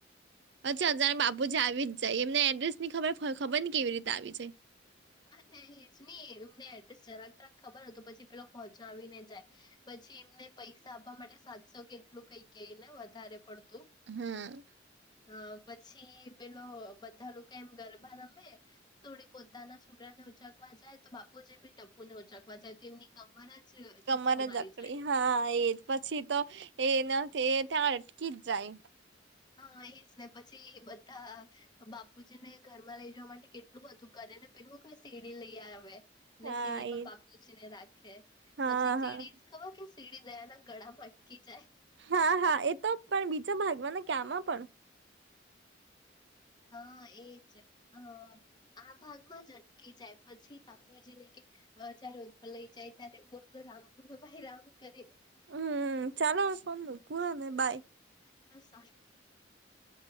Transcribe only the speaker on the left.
અને એજ નહી એમને એડ્રેસ જરાક તરાક ખબર હો તો પછી પેલો પહોંચાવી ને જાય. પછી એમને પૈસા આપવા માટે સાતસો કેટલું કઈ કયને વધારે પડતું.
અ પછી પેલો બધા લોકો એમ ગરબા રમે. સોડી પોતાના છોકરાને ઉચાકવા જાય તો બાપુ જે ભી ટપુ ને ઉચાકવા જાય તો એમની મને જ.
ચસ્કો મારી
જાય
હા એજ ને પછી બધા બાપુજીને ઘરમાં લઈ જવા માટે કેટ એટલું બધું કરે ને પેલું સીડી લઈ આવે અને
સીડી માં
બાપુજી ને રાખે
પછી સીડી
ખબર કે સીડી દયા ના ગળામાં અટકી જાય
હા એજ અ આ ભાગમાં જ અટકી જાય પછી બાપુજીને કે અ ચારો ઉપર લઈ જાય ત્યારે બોલો રામ બોલો ભાઈ રામ કરીને.
હા <inaudible>